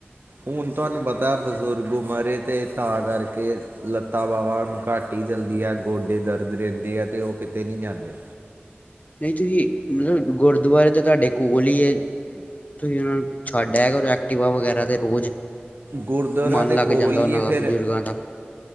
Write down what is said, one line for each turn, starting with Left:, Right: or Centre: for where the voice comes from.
Right: ਹੁਣ ਤੁਹਾਨੂੰ ਪਤਾ ਬਜ਼ੁਰਗ ਉਮਰੇ ਤੇ ਤਾਂ ਕਰਕੇ ਲੱਤਾਂ ਬਾਵਾਾਂੁਣ ਘੱਟ ਹੀ ਚੱਲਦੀ ਹੈ ਗੋਡੇ ਦਰਦ ਰਹਿੰਦੇ ਆ ਅਤੇ ਉਹ ਕਿਤੇ ਨਹੀਂ ਜਾਂਦੇ
Left: ਨਹੀਂ ਤੁਸੀਂ ਮਤਲਬ ਗੁਰਦੁਆਰੇ ਤੇ ਤੁਹਾਡੇ ਕੋਲ ਹੀ ਤੁਸੀਂ ਉਹ ਨੂੰ ਛੱਡ ਆਇਆ ਕਰੋ ਐਕਟਿਵਾ ਵਗੈਰਾ ਤੇ ਰੋਜ਼
Right: ਗੁਰਦੁਆਰਾ
Left: ਮਨ
Right: ਦੇ
Left: ਲੱਗ
Right: ਕੋਲ
Left: ਜਾਂਦਾ
Right: ਹੀ
Left: ਉਹਨਾਂ
Right: ਹੈ ਫਿਰ
Left: ਦਾ ਬਜ਼ੁਰਗਾਂ ਦਾ